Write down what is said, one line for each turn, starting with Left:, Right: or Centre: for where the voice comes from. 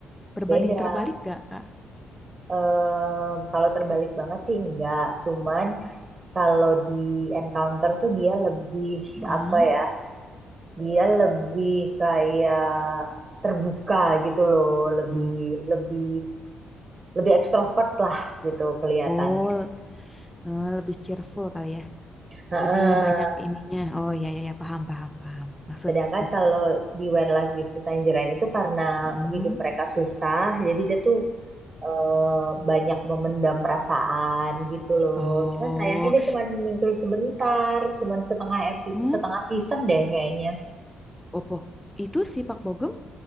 Centre: Berbanding
Right: Beda.
Centre: terbalik gak, Kak?
Right: Em, kalau terbalik banget sih enggak. Cuman
Centre: Enggak.
Right: kalau di Encounter tuh dia lebih
Centre: Mm.
Right: apa ya, dia lebih kayak terbuka gitu loh, lebih
Centre: Mm.
Right: lebih lebih ekstrovert lah gitu kelihatannya.
Centre: Oh, eh, lebih cheerful kali ya.
Right: Heeh.
Centre: Lebih banyak ininya. Oh, ya ya ya Paham, paham, paham. Maksud,
Right: Sedangkan
Centre: maksud.
Right: kalau di When Life Gives You Tangerine itu karena
Centre: Mm-mm,
Right: hidup mereka susah, jadi dia tuh eh, banyak memendam perasaan gitu loh.
Centre: Oh,
Right: Cuma sayangnya dia cuma muncul sebentar, cuma setengah epi,
Centre: hmm,
Right: setengah season deh kayaknya.
Centre: opo. Itu si Pak Bogem?